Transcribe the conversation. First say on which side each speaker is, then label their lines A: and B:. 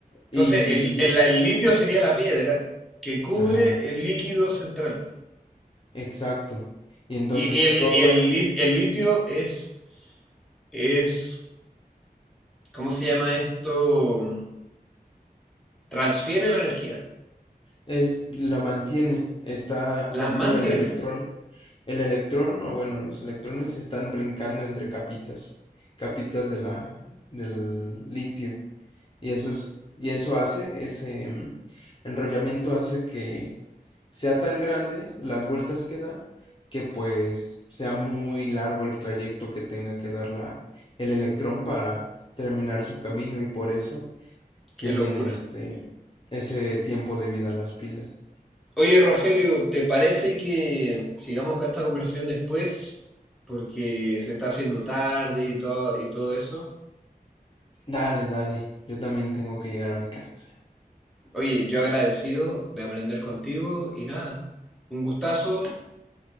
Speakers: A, in the centre; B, on the left.
A: Entonces,
B: Y,
A: el, el-
B: y se-
A: el litio sería la piedra que cubre
B: ajá,
A: el líquido central.
B: exacto. Y entonces
A: Y el,
B: toda
A: el lit- el litio es, es, ¿cómo se llama esto? Transfiere la energía,
B: es la mantiene. Está,
A: la
B: pon
A: mantiene.
B: tú el electrón. El electrón, o bueno, los electrones están brincando entre capitas, capitas de la, del litio. Y eso es- y eso hace, ese mm, enrollamiento hace que sea tan grande las vueltas que da, que pues sea muy largo el trayecto que tenga que dar la- el electrón para terminar su camino y por eso tienen
A: Qué locura.
B: este ese tiempo de vida las pilas.
A: Oye, Rogelio, ¿te parece que sigamos con esta conversación después? Porque se está haciendo tarde y todo, y todo eso.
B: Dale, dale, yo también tengo que llegar a mi casa.
A: Oye, yo agradecido de aprender contigo y nada, un gustazo